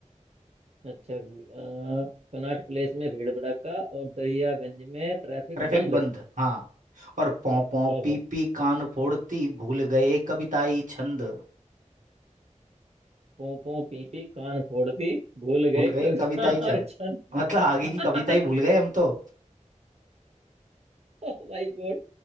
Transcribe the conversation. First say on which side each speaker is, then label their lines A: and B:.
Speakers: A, on the right; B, on the right.
A: अच्छा अ, कोनाट प्लेस में भीड़ भड़क्का और दरियागंज में ट्रैफिक
B: ट्रैफिक
A: बंद
B: बंद हाँ और पौ पौ
A: ओहो
B: पी पी कान फोड़ती भूल गए कविताई छंद
A: पों पों पी पी कान फोड़ दी भूल
B: भूल
A: गए
B: गए
A: कविता
B: कविताई छंद
A: और छंद
B: मतलब आगे
A: <laughs>
B: की कविता ही भूल गए हम तो
A: ओह माय गॉड